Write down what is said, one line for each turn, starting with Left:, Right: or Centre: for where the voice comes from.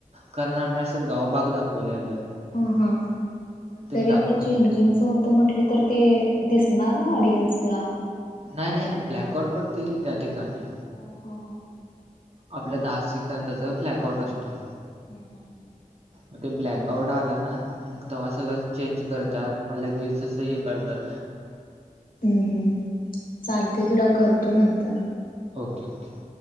Right: कारण आम्ही असं गावबाग दाखवले लेलं.
Left: हा हा मग तरी
Right: दाखवलेला.
Left: आता चेंजिंगच त म्हटलं तर ते दिसणार न ऑडियन्सला.
Right: नाय नाय ब्लॅकट पडते की त्या ठिकाणी.
Left: हो हो.
Right: आपल्या दहा सेकंदच फ्लॅकआउट असतो.
Left: हम् हम हम.
Right: मग ते ब्लॅक आउट आला ना मग त व्हा सगळं चेंज करत आ म लगेचसं हे करतात.
Left: हम्म हम्म चालते तुला करतो नंतर.
Right: Okay okay.